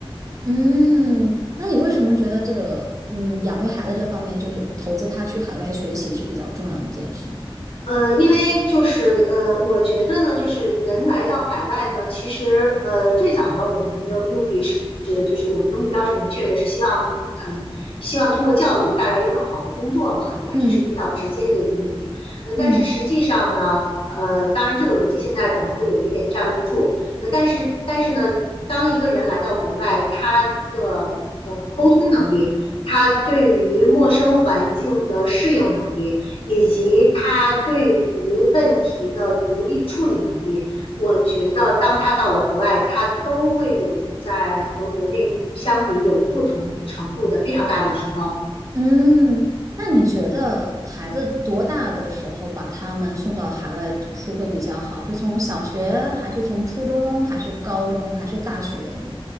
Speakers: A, on the right; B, on the left.
A: 嗯，那你为什么觉得这个嗯养育孩子这方面，就是投资他去海外学习是比较重要的一件事呢？
B: 呃，因为就是呃，我觉得呢，就是人来到海外呢，其实呃，最早呢，我们的目的是，就是我们的目标是明确的，是希望呃，希望通过教育带来一份好的工作嘛，对吧？
A: 嗯
B: 这是比较直接的一个目的。呃，
A: 嗯
B: 但是实际上呢，呃当然这个逻辑现在可能会有一点站不住，呃，但是但是呢，当一个人来到国外，他的呃沟通能力，他对于陌生环境的适应能力，以及他对于问题的独立处理能力，我觉得当他到了国外，他都会有在和国内相比有不同程度的非常大的提高。
A: 嗯，那你觉得孩子多大的时候把他们送到海外读书会比较好？是从小学，还是从初中，还是高中，还是大学呢？